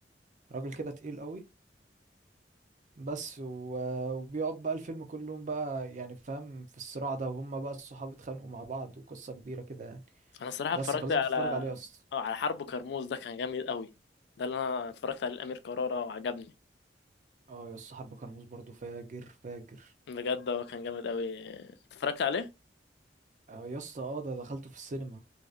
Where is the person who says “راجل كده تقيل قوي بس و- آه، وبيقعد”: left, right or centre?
Right